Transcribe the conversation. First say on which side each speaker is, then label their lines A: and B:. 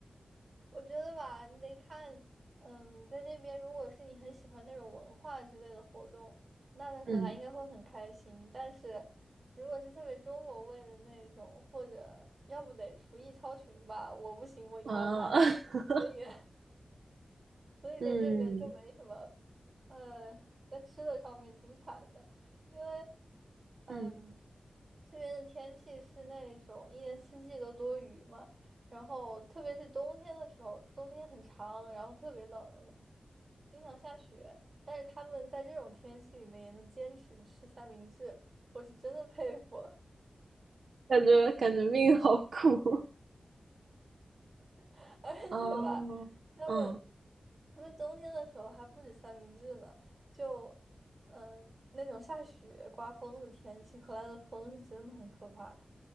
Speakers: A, on the right; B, on the right.
A: 我觉得吧，你得看，嗯，你在这边，如果是你很喜欢那种文化之类的活动，那在荷兰应该会很开心。
B: 嗯
A: 但是，如果是特别中国味的那种，或者要不得厨艺超群吧，我不行，我一般般，
B: 啊，<laughs>
A: 所以 <laughs>。所以在这边就没什么，
B: 嗯
A: 呃，在吃的上面挺惨的，因为，嗯，
B: 嗯，
A: 这边的天气是那种一年四季都多雨嘛，然后特别是冬天的时候，冬天很长，然后特别冷，经常下雪，但是他们在这种天气里面也能坚持吃三明治，我是真的佩服。
B: 感觉感觉命好苦。
A: <laughs> 而且吧，
B: <laughs> 哦，
A: 他们
B: 嗯
A: 他们冬天的时候还不止三明治呢，就嗯那种下雪刮风的天气，荷兰的风是真的很可怕，